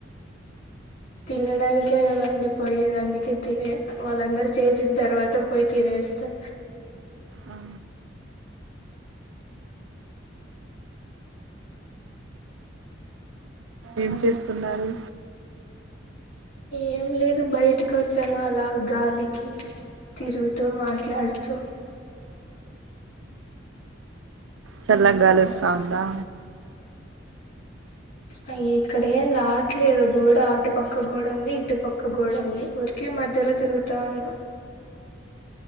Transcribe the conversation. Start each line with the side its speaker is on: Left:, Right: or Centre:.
Left: తినడానికే కదా అండి పోయేదండి కి తినే వాళ్ళందరి చేసిన తర్వాత పోయి తినేస్తా
Right: ఆ, ఏం చేస్తున్నారు
Left: ఏం లేదు బయటికొచ్చాను అలా గాలికి తిరుగుతూ మాట్లాడుతూ
Right: చల్లగ గాలొస్తా ఉందా
Left: అయ్ ఇక్కడేం రావట్లేదు గోడ అటుపక్క గోడ ఉంది ఇటుపక్క గోడ ఉంది ఊరికే మధ్యలో తిరుగుతా ఉన్నా